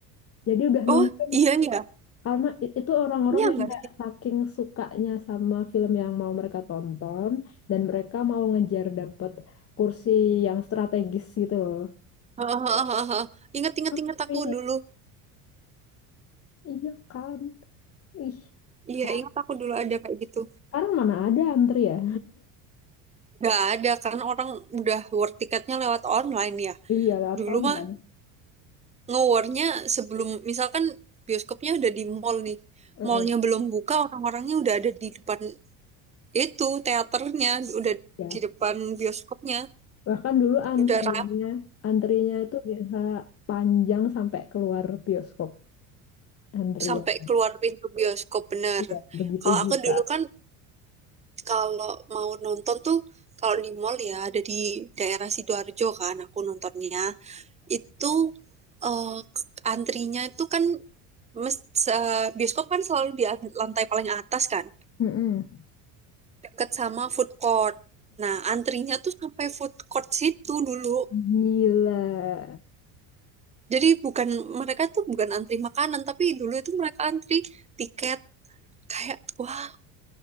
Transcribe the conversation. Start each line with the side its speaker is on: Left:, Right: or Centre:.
Left: jadi udah
Right: Oh,
Left: nungguin
Right: iya iya.
Left: karena i- itu orang-orang
Right: Iya
Left: yang
Right: nggak
Left: kayak
Right: sih?
Left: saking sukanya sama film yang mau mereka tonton dan mereka mau ngejar dapet kursi yang strategis gitu loh
Right: Hahaha. Ingat ingat
Left: Antri.
Right: ingat aku dulu.
Left: Iya kan? Wih,
Right: Iya,
Left: sekarang
Right: ingat aku dulu ada kayak gitu.
Left: sekarang mana ada antri ya?
Right: Nggak ada kan orang udah work tiketnya lewat online ya.
Left: Iya, lewat
Right: Dulu
Left: online.
Right: mah Nge-warnya sebelum misalkan bioskopnya udah di mall nih.
Left: Heeh,
Right: Mallnya belum buka, orang-orangnya udah ada di depan itu teaternya, udah
Left: ya.
Right: di depan bioskopnya,
Left: Bahkan dulu antrinya,
Right: udah rame.
Left: antrinya itu bisa panjang sampai keluar bioskop antriannya.
Right: Sampai keluar pintu bioskop bener.
Left: Iya, begitu
Right: Kalau
Left: buka.
Right: aku dulu kan kalau mau nonton tuh kalau di mall ya ada di daerah Sidoarjo kan aku nontonnya. Itu eh, antrinya itu kan mes- se- bioskop kan selalu di lantai paling atas kan.
Left: Mm-mm.
Right: deket sama food court. Nah, antrinya tuh sampai food court situ dulu.
Left: Gila.
Right: Jadi bukan mereka tuh bukan antri makanan, tapi dulu itu mereka antri tiket kayak wah,